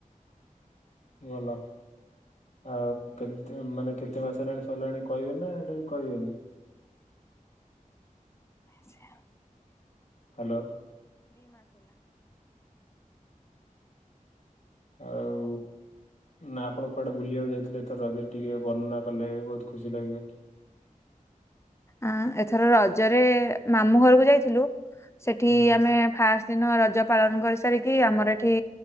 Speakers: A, on the left (about 50°); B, on the left (about 20°).
A: ଭଲ। ଆଉ କେ ମାନେ କେତେ ମାସ ହେଲାଣି ସରିଲାଣି କହିବେ ନା ଏଇଟା କହିବେନି?
B: ସେ
A: ହ୍ୟାଲୋ। ଆଉ। ନା ଆପଣ କୁଆଡେ ବୁଲିବାକୁ ଯାଇଥିଲେ ଏଥର ରଜରେ ଟିକେ ବର୍ଣ୍ଣନା କଲେ ବହୁତ ଖୁସି ଲାଗିବ।
B: ଆଁ ଏଥର ରଜରେ ମାମୁଁ ଘରକୁ ଯାଇଥିଲୁ ସେଠି
A: ହୁଁ
B: ଆମେ ଫାଷ୍ଟ ଦିନ ରଜ ପାଳନ କରିସାରିକି ଆମର ଏଠି